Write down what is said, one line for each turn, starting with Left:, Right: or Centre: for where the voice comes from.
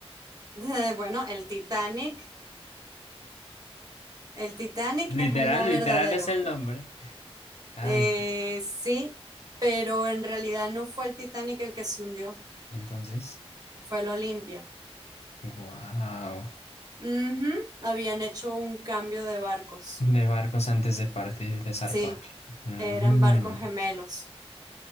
Right: <laughs> bueno, el Titanic. El Titanic
Left: Literal,
Right: es el no verdadero.
Left: literal es el nombre. Ay,
Right: Eh, sí, pero en realidad no fue el Titanic el que se hundió,
Left: entonces,
Right: fue el Olimpia.
Left: wow.
Right: Ujú, Habían hecho un cambio de barcos.
Left: De barcos antes de partir, de zarpar.
Right: Sí,
Left: Mm,
Right: eran barcos gemelos,